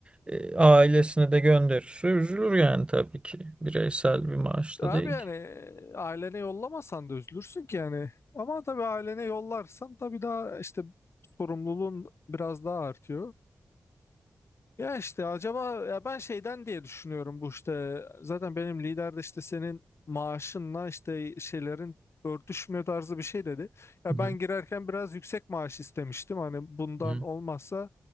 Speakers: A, on the right (about 20°); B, on the left (about 50°).
A: E, ailesine de gönderirse üzülür yani tabii ki. Bireysel bir maaş
B: Abi
A: da değil
B: yani
A: ki.
B: e, ailene yollamasan da üzülürsün ki yani. Ama tabii ailene yollarsan tabii daha işte sorumluluğun biraz daha artıyor. Ya işte acaba ya ben şeyden diye düşünüyorum bu işte zaten benim lider de işte senin maaşınla işte şeylerin örtüşmüyor tarzı bir şey dedi. Ya
A: Hı
B: ben girerken biraz yüksek maaş istemiştim hani bundan
A: hı.
B: olmazsa